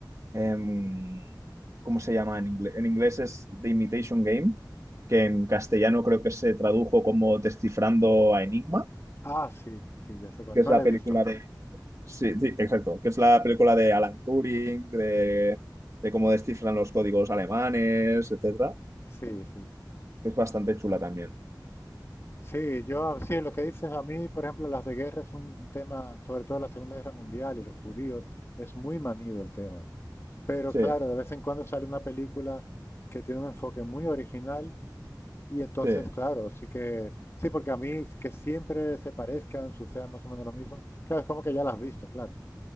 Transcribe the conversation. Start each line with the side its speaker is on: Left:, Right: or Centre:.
Right: em, ¿cómo se llama en inglés? En inglés es The Imitation Game, que en castellano creo que se tradujo como Descifrando a Enigma
Left: Ah, sí, sí, ya sé cuál.
Right: que es
Left: No
Right: la
Left: la he
Right: película
Left: visto.
Right: de... Sí, sí, exacto, que es la película de Alan Turing, de, de cómo descifran los códigos alemanes, etcétera.
Left: Sí, sí.
Right: Es bastante chula también.
Left: Sí, yo sí, lo que dices a mí, por ejemplo, las de guerra es un tema, sobre todo la Segunda Guerra Mundial y los judíos, es muy manido el tema. Pero
Right: Sí,
Left: claro, de vez en cuando sale una película que tiene un enfoque muy original y entonces,
Right: sí,
Left: claro, sí que, sí, porque a mí que siempre se parezcan, suceda más o menos lo mismo, claro, es como que ya las has visto, claro.